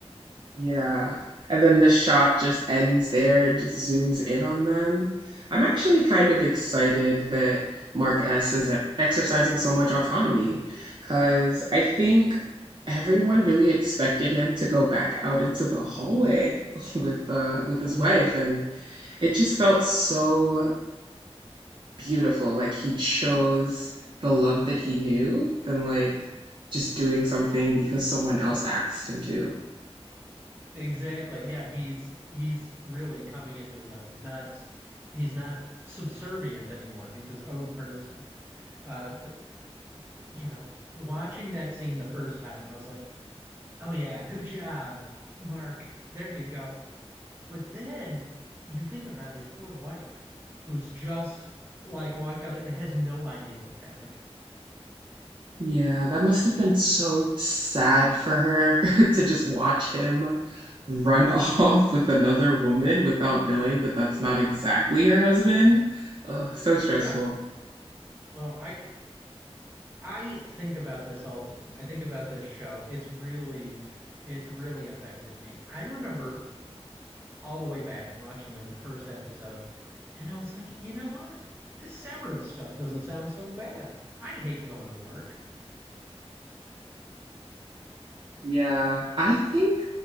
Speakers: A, on the right; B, on the right.
A: Yeah. And then the shot just ends there and just zooms in on them. I'm actually kind of excited that Mark S is e- exercising so much autonomy because I think everyone really expected him to go back out into the hallway <laughs> with uh with his
B: Mm,
A: wife and it just felt so beautiful like he chose the love that he knew than like just doing something because someone else asked him to.
B: Exactly. Yeah, he's he's really coming into his own. He's not he's not subservient anymore. He's his own person. Uh but you know, watching that scene the first time, I was like, "Oh yeah, good job, Mark. There you go." But then you think about his poor wife, who's just like walked out there and has no idea what's happening.
A: Yeah, that must have been so sad for her <laughs> to just watch him run <laughs> off with another woman without knowing that that's not exactly her husband. Ugh,
B: <laughs>
A: so stressful.
B: yeah. Oh, I I think about this all the time. I think about this show. It's really it's really affected me. I remember all the way back watching like the first episode and I was like, "You know what? The severance stuff doesn't sound so bad. I hate going to work."
A: Yeah, I think